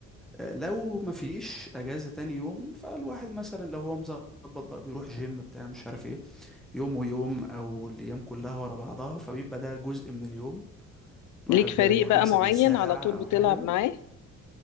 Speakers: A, in the centre; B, on the left.
A: آه، لو ما فيش اجازه تاني يوم فالواحد مثلا لو هو مظبط بقى بيروح جيم بتاع مش عارف ايه يوم ويوم او الايام كلها ورا بعضها فبيبقى ده جزء من اليوم الواحد
B: ليك فريق
A: بيريح
B: بقى
A: مثلا
B: معين
A: ساعه
B: على طول
A: او
B: بتلعب
A: حاجه
B: معاه